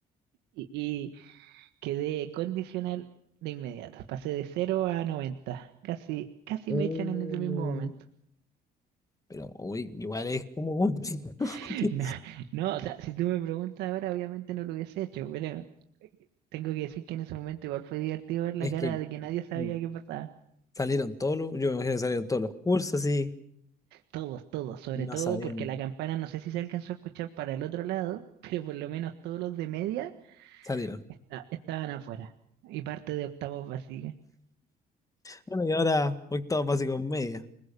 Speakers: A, on the right; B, on the left.
A: y, y quedé condicional de inmediato. Pasé de cero a noventa Casi, casi
B: Mm,
A: me echan en ese mismo momento.
B: Pero uy, igual es como complicado.
A: <laughs>
B: <laughs> que-
A: No, no, o sea, si tú me preguntas ahora, obviamente no lo hubiese hecho, pero tengo que decir que en ese momento igual fue divertido ver la
B: Es
A: cara
B: que
A: de que nadie sabía
B: mm,
A: qué pasaba.
B: salieron todos los, yo me imagino que salieron todos los cursos así
A: Todos, todos, sobre
B: y no
A: todo
B: sabían,
A: porque la campana no sé si se alcanzó a escuchar para el otro lado, <laughs> pero por lo menos todos los de media
B: salieron.
A: esta- estaban afuera y parte de octavos vacía.
B: Bueno, y ahora octavo básico en media.